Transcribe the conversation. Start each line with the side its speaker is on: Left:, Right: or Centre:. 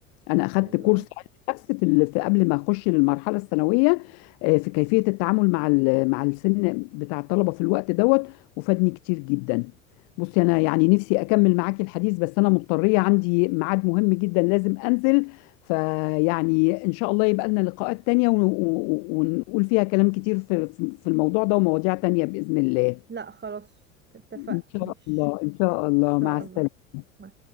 Left: انا اخدت
Right: حلو
Left: كورس علم نفس في ال- في قبل ما اخش للمرحله الثانويه آه، في كيفيه التعامل مع ال- مع السن بتاع الطلبه في الوقت دوت وفادني كتير جدا بصي انا يعني نفسي اكمل معاكي الحديث بس انا مضطريه عندي ميعاد مهم جدا لازم انزل فيعني ان شاء الله يبقى لنا لقاءات تانية ون- ون- ونقول فيها كلام كتير في في في الموضوع ده ومواضيع تانية باذن الله
Right: لا خلاص اتفقنا
Left: ان شاء
Right: مش
Left: الله ان شاء الله
Right: ان شاء
Left: مع السلامه
Right: الله مع